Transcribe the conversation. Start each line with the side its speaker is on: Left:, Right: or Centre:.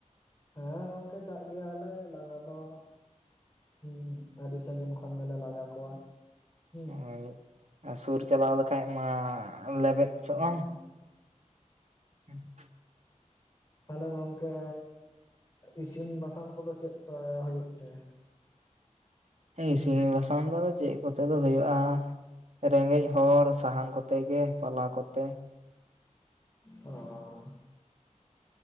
Left: ᱦᱮᱸ ᱜᱚᱝᱠᱮ ᱪᱟᱜ ᱜᱮᱭᱟᱞᱮ ᱞᱟᱜᱟ ᱫᱚ, ᱩᱸ ᱟᱹᱰᱤ ᱥᱟᱹᱜᱤᱧ ᱠᱷᱚᱱ᱾ ᱠᱷᱚᱱ ᱜᱮᱞᱮ ᱞᱟᱜᱟ ᱠᱚᱣᱟ᱾ ᱦᱩᱸ
Right: ᱦᱳᱭ, ᱟᱨ ᱥᱩᱨ ᱪᱟᱞᱟᱣ ᱞᱮᱠᱷᱟᱡ ᱢᱟ ᱞᱮᱵᱮᱫ
Left: ᱦᱮᱸ
Right: ᱪᱚᱜ
Left: ᱦᱮᱸ᱾
Right: ᱟᱢ <inaudible>
Left: ᱛᱷᱟᱞᱮ ᱜᱚᱝᱠᱮ ᱤᱥᱤᱱ ᱵᱟᱥᱟᱱ ᱠᱚᱫᱚ ᱪᱮᱫ ᱛᱚᱭ ᱦᱩᱭᱩᱜ ᱛᱮ?
Right: ᱤᱥᱤᱱ ᱵᱟᱥᱟᱱ ᱫᱚ ᱪᱮᱫ ᱠᱚᱛᱮ ᱫᱚ ᱦᱩᱭᱩᱜᱼᱟ᱾ ᱨᱮᱸᱜᱮᱡ ᱦᱚᱲ ᱥᱟᱦᱟᱱ ᱠᱚᱛᱮ ᱜᱮ ᱯᱟᱞᱟ ᱠᱚᱛᱮ᱾
Left: ᱚᱸ